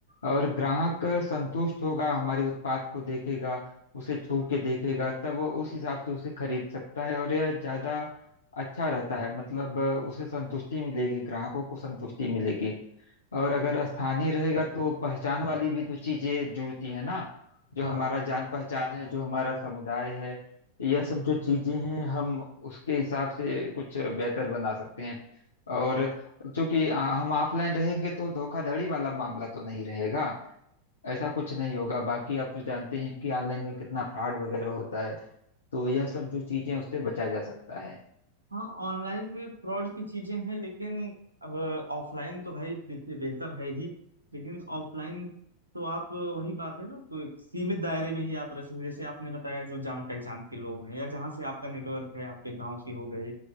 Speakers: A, on the left; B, on the right.
A: और ग्राहक संतुष्ट होगा हमारे उत्पाद को देखेगा उसे छू के देखेगा तब वो उस हिसाब से उसे खरीद सकता है और यह ज्यादा अच्छा रहता है मतलब उसे संतुष्टि मिलेगी ग्राहकों को संतुष्टि मिलेगी और अगर स्थानीय रहेगा तो पहचान वाली भी तो चीजें जुड़ती है ना जो
B: हाँ
A: हमारा जान पहचान है जो हमारा समुदाय है यह सब जो चीजें हैं हम उसके हिसाब से कुछ बेहतर बना सकते हैं और चूंकि आ, हम ऑफलाइन रहेंगे तो धोखाधड़ी वाला मामला तो नहीं रहेगा ऐसा कुछ नहीं होगा बाकी आप तो जानते हैं कि ऑनलाइन में कितना फ्रॉड वगैरह होता है तो यह सब जो चीजें हैं, उससे बचा जा सकता है
B: हाँ ऑनलाइन में फ्रॉड की चीजें हैं लेकिन अब ऑफलाइन तो भाई देखिए बेहतर है ही लेकिन ऑफलाइन तो आप वही बात है ना तो एक सीमित दायरे में ही आप रह सकते जैसे आपने बताया जो जान पहचान के लोग हैं या जहाँ से आपका नेटवर्क है आपके गांव के हो गए